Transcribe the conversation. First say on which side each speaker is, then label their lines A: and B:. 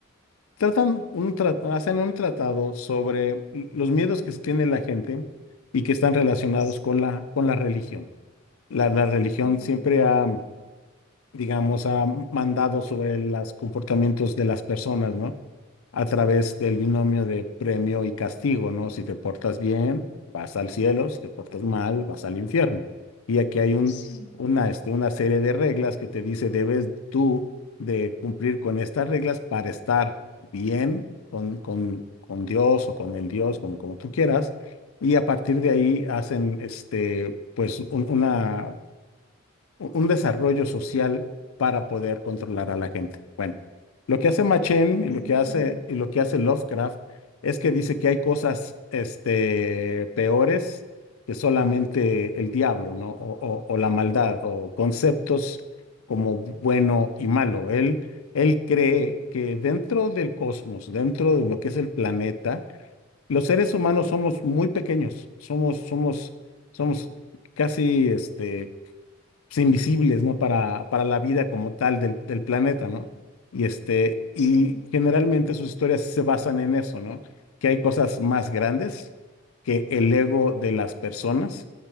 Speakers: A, on the left (about 85°); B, on the left (about 55°).
A: tratan un tra- hacen un tratado sobre los miedos que se tiene la gente y que están relacionados
B: sí,
A: con la, con la religión. La, la religión
B: oh,
A: siempre ha digamos, ha mandado sobre los comportamientos de las personas, ¿no? A través del binomio de premio y castigo, ¿no? Si te portas bien, vas al cielo, si te portas mal, vas al infierno. Y aquí hay un,
B: sí,
A: una, este, una serie de reglas que te dice, debes tú de cumplir con estas reglas para estar bien con, con, con Dios o con el Dios, como, como tú quieras. Y a partir de ahí hacen, este, pues, un- una u- un desarrollo social para poder controlar a la gente. Bueno, lo que hace Machen y lo
B: entiendo.
A: que hace, y lo que hace Lovecraft es que dice que hay cosas, este, peores que solamente el diablo, ¿no? O, o- o la maldad, o conceptos como bueno y malo. Él, él cree que dentro del cosmos, dentro de lo que es el planeta, los seres humanos somos muy pequeños, somos, somos, somos casi, este, pues, invisibles, ¿no? Para, para la vida como tal del, del planeta, ¿no? Y este, y
B: Sí,
A: generalmente sus historias se basan en eso, ¿no? Que hay cosas más grandes que el ego de las personas,